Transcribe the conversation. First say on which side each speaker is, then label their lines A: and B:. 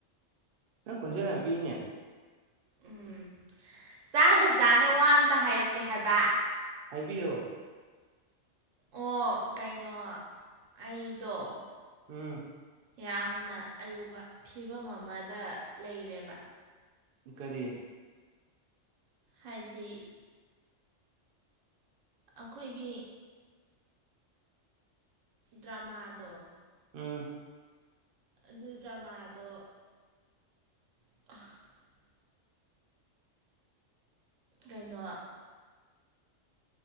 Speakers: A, on the right; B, on the right.
A: ꯅꯪ ꯈꯣꯟꯖꯦꯜ ꯌꯥꯝ ꯄꯤꯛꯏꯅꯦ
B: ꯎꯝ ꯆꯥꯅ ꯆꯥꯅ ꯋꯥ ꯑꯝꯇ ꯍꯥꯏꯔꯛꯀꯦ ꯍꯥꯏꯕ
A: ꯍꯥꯏꯕꯤꯌꯣ
B: ꯑꯣ ꯀꯩꯅꯣ ꯑꯩꯗꯣ
A: ꯎꯝ
B: ꯌꯥꯝꯅ ꯑꯔꯨꯕ ꯐꯤꯕꯝ ꯑꯃꯗ ꯂꯩꯔꯦꯕ
A: ꯀꯔꯤ
B: ꯍꯥꯏꯗꯤ ꯑꯩꯈꯣꯏꯒꯤ ꯗ꯭ꯔꯃꯥꯗꯣ
A: ꯎꯝ
B: ꯑꯗꯨ ꯗ꯭ꯔꯃꯥꯗꯣ <inaudible> ꯀꯩꯅꯣ